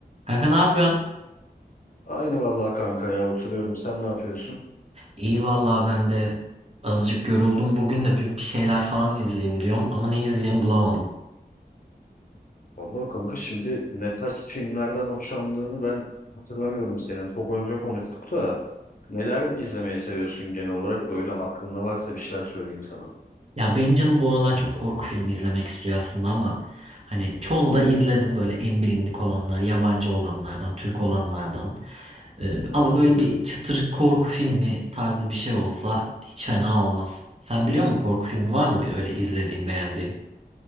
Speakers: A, on the right; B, on the left.
A: Kanka ne yapıyorsun?
B: Aynı vallahi kanka ya oturuyorum. Sen ne yapıyorsun?
A: İyi vallahi ben de azıcık yoruldum. Bugün de bir bir şeyler falan izleyeyim diyorum ama ne izleyeceğimi bulamadım.
B: Vallahi kanka şimdi ne tarz filmlerden hoşlandığını ben hatırlamıyorum senin. Çok önce konuştuk da neler izlemeyi seviyorsun genel olarak? Böyle aklında varsa bir şeyler söyleyeyim sana.
A: Ya benim canım bu aralar çok korku filmi izlemek istiyor aslında ama hani çoğunu da izledim böyle en bilindik olanlar, yabancı olanlardan, Türk olanlardan. Ee, ama böyle bir çıtır korku filmi tarzı bir şey olsa hiç fena olmaz. Sen biliyor musun korku filmi var mı bir öyle izlediğin, beğendiğin?